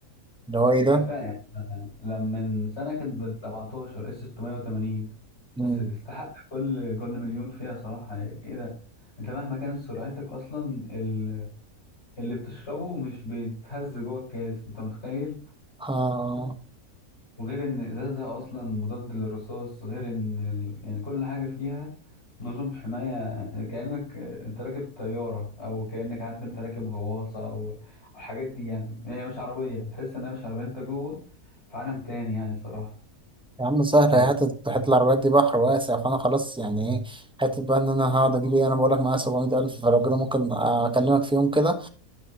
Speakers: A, in the centre; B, on the left.
A: اللي هو ايه ده
B: فاهم لما من سنة كانت ب 17 اس 680
A: مم.
B: بس تستحق كل كل مليون فيها صراحة يعني ايه ده انت مهما كانت سرعتك اصلا ال- اللي بتشربه مش بيتهز جوه الكاس انت متخيل
A: آه
B: وغير ان ازازها اصلا مضاد للرصاص غير ان ال... يعني كل حاجة فيها نظم حماية كأنك انت راكب طيارة او كأنك عارف انت راكب غواصة او أو الحاجات دي يعني هي مش عربية تحس انها مش عربية انت جوه في عالم تاني يعني صراحة
A: يا عم سهل
B: فاكر
A: هي حتة حتة العربيات دي بحر واسع فانا خلاص يعني ايه حتة بقى ان انا هقعد اجيب ايه انا بقول لك معايا 700 الف فلو كده ممكن اكلمك في يوم كده